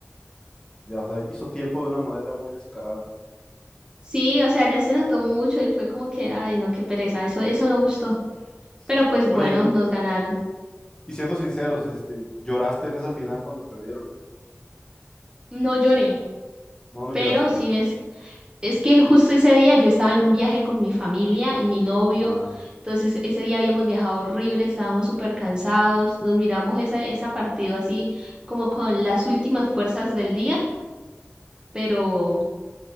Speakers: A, on the left (about 15°); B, on the right (about 20°).
A: Ya, o sea, hizo tiempo de una manera muy descarada.
B: Sí, o sea, ya se notó mucho y fue como que, ay, no, qué pereza, eso, eso no gustó.
A: Sí.
B: Pero pues bueno,
A: Oye,
B: nos ganaron.
A: y siendo sinceros, este, ¿lloraste en esa final cuando perdieron?
B: No lloré,
A: No, no
B: pero
A: lloraste.
B: sí ves, Es que justo ese día yo estaba en un viaje con mi familia y mi novio,
A: Ah,
B: entonces ese día habíamos viajado horrible, estábamos súper cansados, nos miramos esa, esa partido así como con las últimas fuerzas del día, pero,